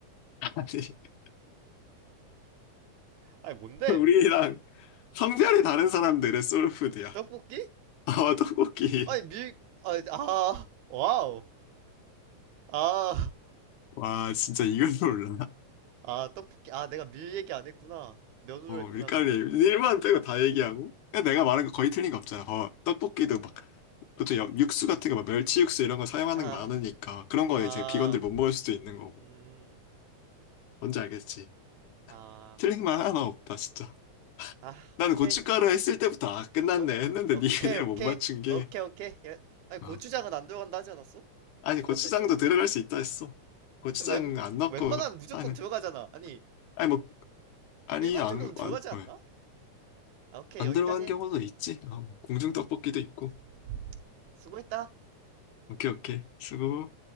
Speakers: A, on the left; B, on the right.
A: 아니, <laughs>
B: 아니 뭔데?
A: 우리랑 성별이 다른 사람들의 소울푸드야.
B: 떡볶이?
A: 아, 떡볶이.
B: 아니 밀... 아, 아 와우 아,
A: 와, 진짜 이걸 몰라.
B: 아 떡볶이 아 내가 밀 얘기 안 했구나 면으로
A: 어,
B: 했구나
A: 밀가루
B: 그냥
A: 얘기- 일만 빼고 다 얘기하고. 그 내가 말한 거 거의 틀린 거 없잖아. 어, 떡볶이도 막, 보통 여- 육수 같은 거, 막 멸치 육수 이런 거 사용하는
B: 아,
A: 게 많으니까. 그런 거
B: 아,
A: 이제 비건들 못 먹을 수도 있는 거고.
B: 음,
A: 뭔지 알겠지?
B: 아,
A: 틀린 말 하나 없다, 진짜.
B: 아
A: 나는
B: 오케이
A: 고춧가루 했을 때부터, 아, 끝났네.
B: 오,
A: 했는데
B: 오케이
A: 니 그대로
B: 오케이
A: 못 맞춘 게.
B: 오케이 오케이 예? 아니 고추장은
A: 어.
B: 안 들어간다 하지 않았어?
A: 아니,
B: 들어간다
A: 고추장도
B: 했어?
A: 들어갈 수 있다 했어. 고추장
B: 웬
A: 안 넣고
B: 웬만하면 무조건
A: 하는.
B: 들어가잖아 아니
A: 아니, 뭐, 아니,
B: 일반
A: 안,
B: 조금 들어가지
A: 안,
B: 않나?
A: 왜?
B: 아, 오케이,
A: 안
B: 여기까지.
A: 들어간 경우도 있지. 아, 뭐, 공중떡볶이도 있고.
B: 음, 수고했다.
A: 오케이, 오케이. 수고.